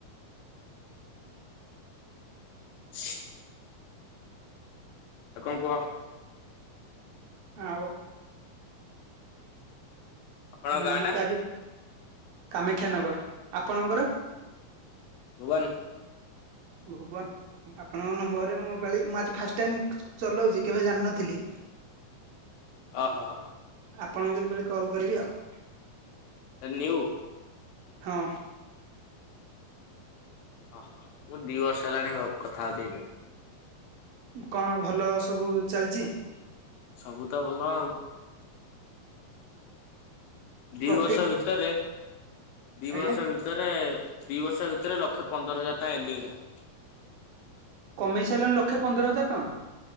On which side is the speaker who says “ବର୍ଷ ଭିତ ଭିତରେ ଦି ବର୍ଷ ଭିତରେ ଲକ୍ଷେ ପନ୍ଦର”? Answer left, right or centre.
Left